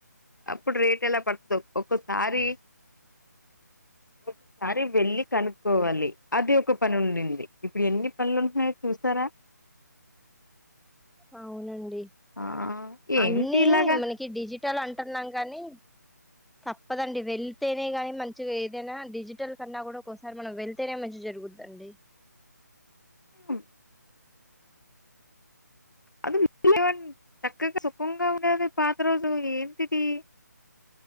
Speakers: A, on the left; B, in the centre.
A: అప్పుడు రేట్ ఎలా పడతదొ ఒకసారి ఒకసారి వెళ్లి కనుక్కోవాలి అది ఒక పని ఉంది ఇప్పుడు ఎన్ని పనులు ఉన్నాయో చూసారా
B: అవునండి
A: ఆ ఏంటి
B: అన్నీ
A: ఇలాగా
B: మనకి డిజిటల్ అంటె అనుకున్నాం గాని తప్పదండి వెళ్తేనే గానీ మంచిగా ఏదైనా డిజిటల్ కన్నా కూడా ఒక్కోసారి మనం వెళ్తేనే మంచి జరుగుద్దండి
A: ఉ అది చక్కగా సుఖంగా ఉండేది పాత రోజు ఏంటిది